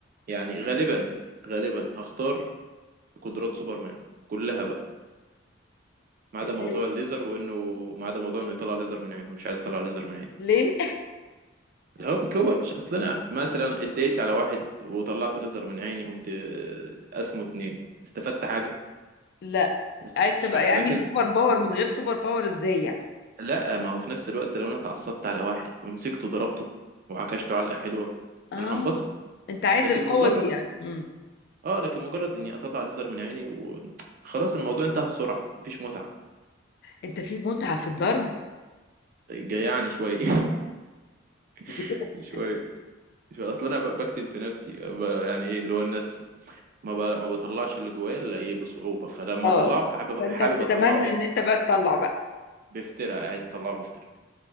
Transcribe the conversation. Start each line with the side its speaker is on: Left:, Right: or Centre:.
Right: يعني غالبا غالبا هختار قدرات سوبرمان كلها بقى ما عدا
Left: <laughs> اللي
Right: موضوع
Left: هي-
Right: الليزر وانه ما عدا موضوع انه يطلع ليزر من عينه مش عايز يطلع ليزر من عينه
Left: ليه
Right: اللي هو بيكوى مش اصل انا مثلا اتضايقت على واحد وطلعت ليزر من عيني قمت آه، اسمه اتنين استفدت حاجة
Left: <laughs> لا
Right: ما استفدتش
Left: عايز تبقى
Right: حاجة
Left: يعني
Right: لكن
Left: سوبر باور من غير سوبر باور ازاي يعني
Right: لا ما هو في نفس الوقت لو انا اتعصبت على واحد ومسكته ضربته وعكشته علقة حلوة
Left: اه
Right: انا هنبسط
Left: انت عايز
Right: لكن
Left: القوه
Right: مجرد
Left: دي يعني امم
Right: اه لكن مجرد اني اطلع ليزر من عيني وخلاص الموضوع انتهى بسرعة مفيش متعة
Left: انت في متعه في الضرب
Right: جيعني شوية
Left: <laughs>
Right: <laughs> شوية شوية اصل انا ب- بكتم في نفسي ب- يعني ايه اللي هو الناس ما ب... ما بطلعش اللي جوايا الا ايه بصعوبة فلما
Left: اه
Right: اطلعه حابب
Left: فانت
Right: حابب
Left: بتتمنى
Right: اطلعه ايه
Left: ان انت بقى تطلع بقى
Right: بافتراء عايز اطلعه بافتراء